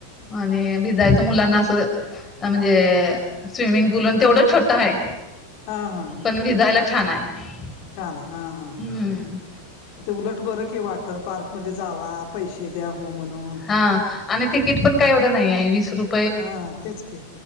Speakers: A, on the left (about 20°); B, on the left (about 45°).
A: आणि भिजायचं मुलांना असं. म्हणजे स्विमिंग पूल तेवढं छोटं आहे.
B: हा हा
A: पण भिजायला छान आहे.
B: छान आहे हा हा
A: हम्म
B: ते उलट बरं कि वॉटर पार्क मध्ये जाव पैसे द्याहू म्हणून
A: हा आणि तिकीट पण काय एवढं नाही आहे वीस रुपय
B: हा तेच के